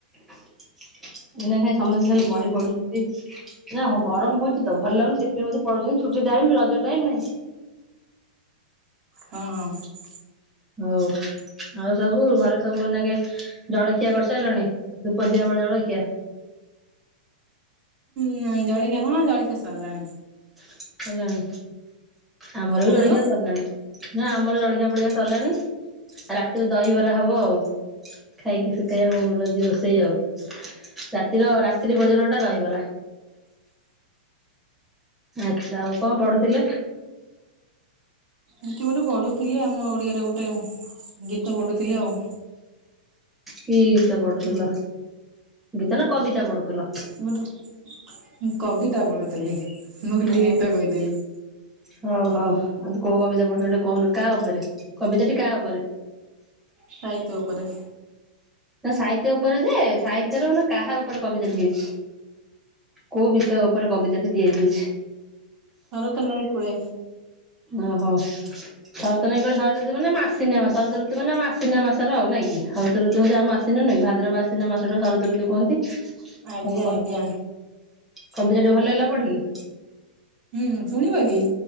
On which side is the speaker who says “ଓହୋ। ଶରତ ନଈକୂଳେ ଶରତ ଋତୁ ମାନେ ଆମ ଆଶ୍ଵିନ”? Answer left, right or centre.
Centre